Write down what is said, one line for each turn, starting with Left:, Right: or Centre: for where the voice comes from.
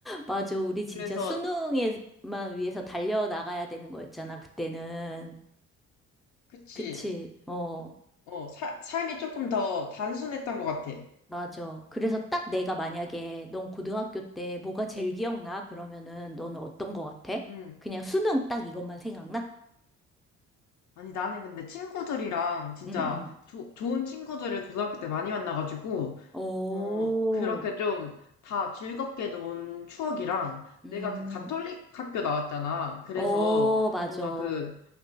Centre: 맞아. 우리 진짜
Left: 그래서
Centre: 수능에만 위해서 달려나가야 되는 거였잖아, 그때는.
Left: 그치.
Centre: 그치? 어,
Left: 좀- 어, 사- 삶이 조금 더 단순했던 것 같아.
Centre: 맞아. 그래서 딱 내가 만약에 넌 고등학교 때 뭐가 제일 기억나? 그러면은 너는 어떤 거 같아?
Left: 음.
Centre: 그냥 수능 딱 이것만 생각나?
Left: 아니 나는 근데 친구들이랑 진짜
Centre: 응, 응.
Left: 조- 좋은 친구들을 고등학교 때 많이 만나가지고
Centre: 오,
Left: 어 그렇게 좀 다 즐겁게 논 추억이랑
Centre: 음,
Left: 내가 그 가톨릭 학교 나왔잖아. 그래서
Centre: 어, 맞아.
Left: 뭔가 그